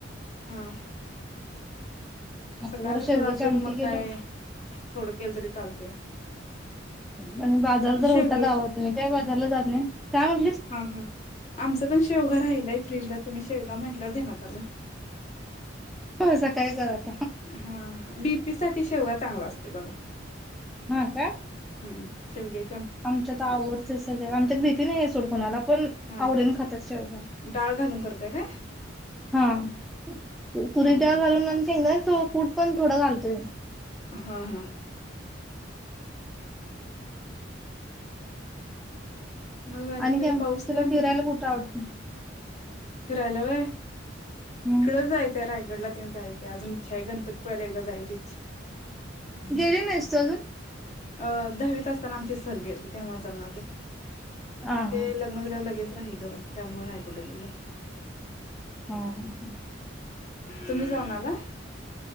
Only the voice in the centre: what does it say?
आता
जरा शेवग्याची
आमटी
केलो
म्हण बाजार जर
होता गावात नाही त्या बाजारला जात नाही काय म्हण
सकाळी करा आत
हा का?
आमच्यात आवडतय सगळ्या आमच्यात बीपी नाही आहे सोड कोणाला पण
आवडीन खाता शेवगा
हा तू तुरीच
डाळ
घालून आणि शेंगदानाच तो कूट पण थोडा घालतोय.
आणि काय
म तुला
फिरायला कुठं आवड? त
हम्म
गेली नाहीस तू आजून
हा
हा
हा, हा, हा